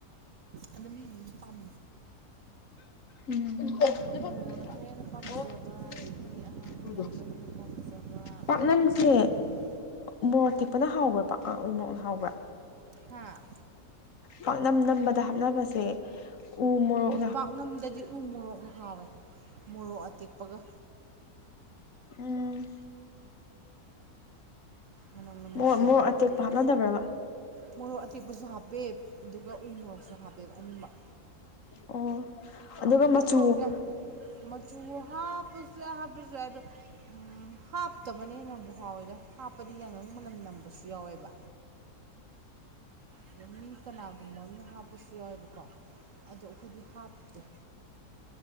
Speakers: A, on the right (about 60°); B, on the left (about 60°).
A: ꯑꯗꯣ ꯃꯤ ꯃꯤꯗꯤ ꯄꯥꯝ
B: ꯎꯝ ꯑꯣ
A: ꯎ ꯃꯣꯔꯣꯛꯅ ꯈꯔ ꯍꯦꯟꯅ ꯄꯥꯝꯖꯕ
B: ꯑꯗꯨꯗ‌ꯣ
A: ꯑꯗꯒꯤ ꯑꯉꯥꯡꯕꯅ ꯈꯔ ꯍꯦꯟꯅ ꯄꯥꯝꯖꯕ ꯑꯗꯩ
B: ꯄꯅꯝꯁꯦ ꯃꯣꯔꯣꯛ ꯊꯦꯛꯄꯅ ꯍꯥꯎꯕ꯭ꯔꯕꯥ ꯎ ꯃꯣꯔꯣꯛꯅ ꯍꯥꯎꯕ꯭ꯔꯥ
A: ꯍꯥꯥ
B: ꯄꯥꯛꯅꯝ ꯅꯝꯕꯗ ꯍꯥꯞꯅꯕꯁꯦ ꯎ ꯃꯣꯔꯣꯛ
A: ꯄꯥꯛꯅꯝꯗꯗꯤ ꯎ ꯃꯣꯔꯣꯛꯅ ꯍꯥꯎꯋꯦ ꯃꯣꯔꯣꯛ ꯑꯇꯦꯛꯄꯒ
B: ꯎꯝ
A: ꯃꯅꯝꯒ ꯅꯨꯡꯁꯤꯔꯒ
B: ꯃꯣꯏ ꯃ ꯑꯇꯦꯛꯄ
A: ꯑꯗꯨꯅ
B: ꯍꯥꯞꯅꯗꯕ꯭ꯔꯕ
A: ꯃꯣꯔꯣꯛ ꯑꯇꯦꯛꯄꯁꯨ ꯍꯥꯞꯄꯦ ꯑꯗꯨꯒ ꯎ ꯃꯣꯔꯣꯛꯁꯨ ꯍꯥꯞꯄꯦꯕ ꯑꯅꯤꯃꯛ
B: ꯑꯣ ꯑꯗꯨꯒ ꯃꯆꯨ
A: ꯃꯨꯔꯣꯛ ꯌꯥꯝ ꯃꯆꯨ ꯍꯥꯞ ꯁꯨꯌꯥꯏ ꯍꯥꯞꯇꯔꯥ꯭ꯁꯨ ꯌꯥꯏ ꯑꯗꯨ ꯍꯥꯞꯇꯕꯅꯦꯅꯕꯨ ꯍꯥꯎꯋꯦꯗꯣ ꯍꯥꯞꯄꯗꯤ ꯌꯥꯏꯉꯪ ꯃꯅꯝ ꯅꯝꯕꯁꯨ ꯌꯥꯎꯋꯦꯕ ꯑꯗꯣ ꯃꯤꯡ ꯀꯅꯥꯒꯨꯝꯕ ꯑꯃꯝꯅ ꯍꯥꯞꯄꯁꯨ ꯌꯥꯎꯋꯦꯕꯀꯣ ꯑꯗꯣ ꯑꯩꯈꯣꯏꯗꯤ ꯍꯥꯞꯇꯦ